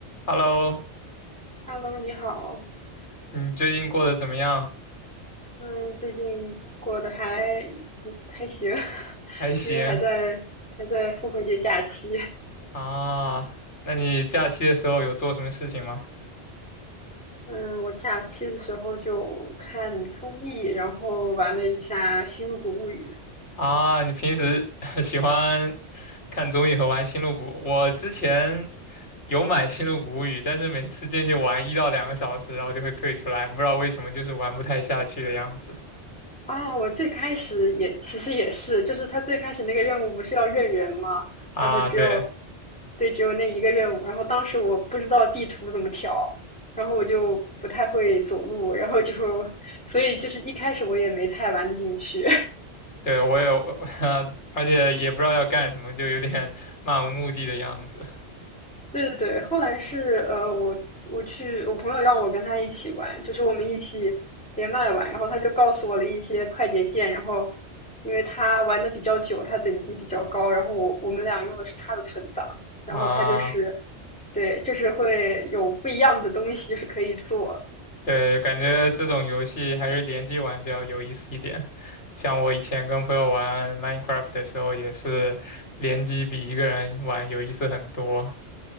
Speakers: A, on the left (about 90°); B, in the centre.
A: Hello，
B: Hello，你好，
A: 你最近过得怎么样？
B: 嗯，最近过得还嗯还行，<laughs>
A: 还行
B: 因为还在还在复活节假期，
A: 啊。那你假期的时候有做什么事情吗？
B: 嗯，我假期的时候就看综艺，然后玩了一下《星露谷物语》，
A: 啊，你平时 <laughs> 喜欢看综艺和玩《星露谷》？我之前有买《星露谷物语》，但是每次进去玩一到两个小时，然后就会退出来，不知道为什么，就是玩不太下去的样子。
B: 啊，我最开始也其实也是，就是他最开始那个任务不是要认人吗？
A: 啊，
B: 然后只有，
A: 对
B: 对，只有那一个任务。然后当时我不知道地图怎么调，然后我就不太会走路，然后就，<laughs> 所以就是一开始我也没太玩得进去。
A: 对，我也，<laughs> 而且也不知道要干什么，就有点 <laughs> 漫无目的的样子
B: 对对对，后来是呃，我我去，我朋友让我跟他一起玩，就是我们一起连麦玩，然后他就告诉我了一些快捷键，然后因为他玩的比较久，他等级比较高，然后我我们俩用的是他的存档，然后他就是
A: 啊。
B: 对，就是会有不一样的东西，就是可以做。
A: 对，感觉这种游戏还是联机玩比较有意思一点。像我以前跟朋友玩 Minecraft 的时候，也是联机比一个人玩有意思很多。